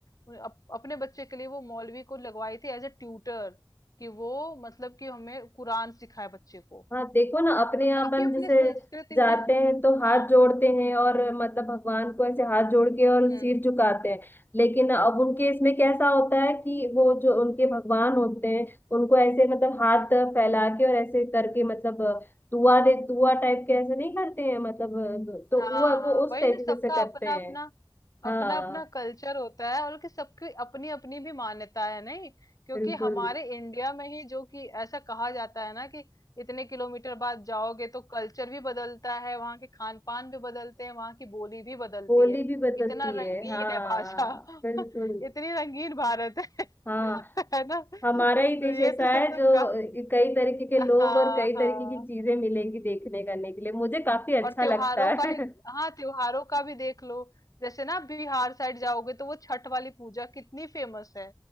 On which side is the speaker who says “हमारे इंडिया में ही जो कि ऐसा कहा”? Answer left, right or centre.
Left